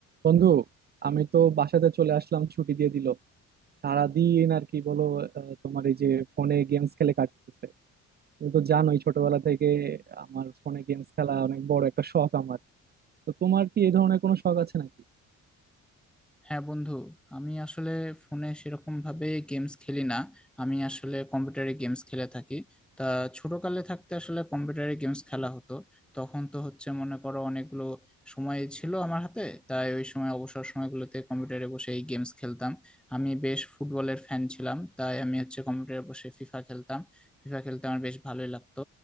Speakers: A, on the right; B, in the centre.
A: বন্ধু আমি তো বাসাতে চলে আসলাম ছুটি দিয়ে দিল সারাদিন আর কি বলো আহ, তোমার এই যে ফোনে গেমস খেলে কাটতেছে তুমি তো জানোই ছোটবেলা থেকে আমার ফোনে গেমস খেলা অনেক বড় একটা শখ আমার তো তোমার কি এই ধরনের কোনো শখ আছে নাকি
B: হ্যাঁ বন্ধু আমি আসলে ফোনে সেরকম ভাবে গেমস খেলি না আমি আসলে কম্পিউটারে গেমস খেলে থাকি তা ছোটকালে থাকতে আসলে কম্পিউটারে গেমস খেলা হতো তখন তো হচ্ছে মনে করো অনেকগুলো সময় ছিল আমার হাতে তাই ওই সময় অবসর সময়গুলোতে কম্পিউটারে বসে এই গেমস খেলতাম আমি বেশ ফুটবলের ফ্যান ছিলাম তাই আমি হচ্ছে কম্পিউটারে বসে ফিফা খেলতাম ফিফা খেলতে আমার বেশ ভালোই লাগতো